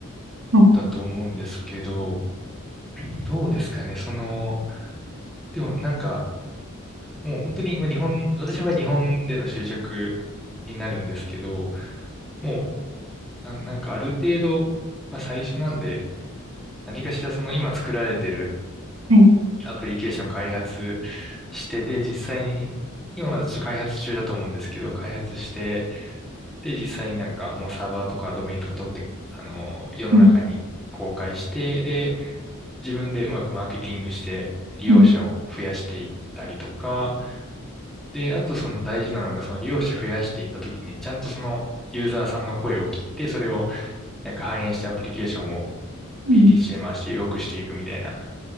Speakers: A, on the right (about 65°); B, in the centre.
A: はい。
B: だと思うんですけど、どうですかね、その、でもなんか、もう本当に、まあ、日本、私の場合日本での就職になるんですけど、もう、な、なんかある程度、まあ、最初なんで、何かしらその今作られてる
A: はい。
B: アプリケーション開発してで、実際に、今まだちょっと開発中だと思うんですけど、開発して、で、実際になんかもうサーバーとかドメインとか取って、あの、世の中に公開して、
A: うん。
B: で、自分でうまくマーケティングして利用者を増やしていったりとか、
A: うん。
B: で、あとその大事なのがその利用者増やしていったときにちゃんとそのユーザーさんの声を聞いて、それをなんか反映してアプリケーションを
A: うん。
B: PTC m 回して良くしていくみたいな、